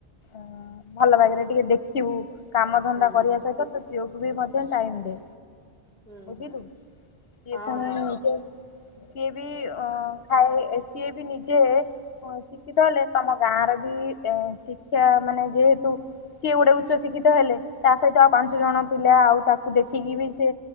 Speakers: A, on the left (about 65°); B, in the centre.
A: ଉ ଭଲ ବାଗରେ ଟିକେ ଦେଖିବୁ କାମ ଧନ୍ଦା
B: ହୁଁ
A: କରିବା ସହିତ ତ ଝିଅକୁ ବି ମଧ୍ୟ ଟାଇମ ଦେ।
B: ହୁଁ
A: ବୁଝିଲୁ
B: ହୁଁ।
A: ସିଏ
B: ହଁ
A: ଫୁଣି
B: ହଁ
A: ନିଜେ ସିଏ ବି ଅ ଖାଏ ସିଏ ବି ନିଜେ। ମ ଶିକ୍ଷିତ ହେଲେ ତମ ଗାଁ ର ବି ଏଁ ଶିକ୍ଷା ମାନେ ଯେହେତୁ। ସିଏ ଗୋଟେ ଉଚ୍ଚ ଶିକ୍ଷିତ ହେଲେ ତା ସହିତ ଆଉ ପାଞ୍ଚ ଜଣ ପିଲା ଆଉ ତାକୁ ଦେଖିକି ବି ସେ